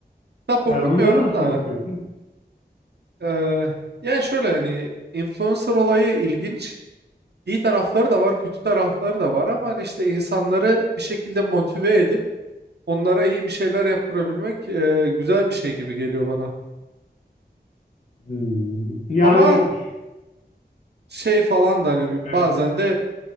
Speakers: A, on the right; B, on the left.
A: kitap
B: Yani
A: okumuyorum
B: onlara nasıl
A: da
B: bakıyorsun?
A: eee yani şöyle hani influencer olayı ilginç. İyi tarafları da var, kötü tarafları da var ama hani işte insanları bir şekilde motive edip onlara iyi bir şeyler yaptırabilmek eee, güzel bir şey gibi geliyor bana.
B: Hmm. Yani
A: Ama
B: ş-
A: şey falan da hani bir-
B: evet.
A: bazen de